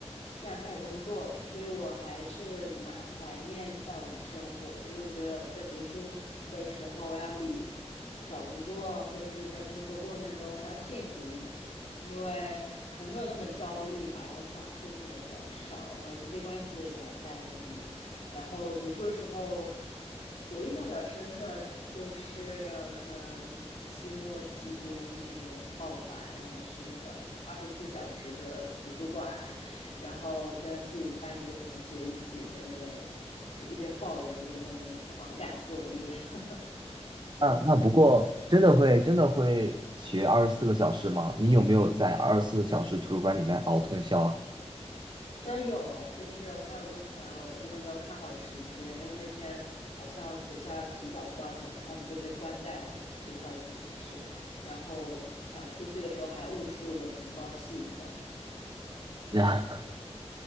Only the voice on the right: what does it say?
啊，那不过真的会真的会学二十四个小时吗？你有没有在二十四小时图书馆里面熬通宵
啊？<laughs>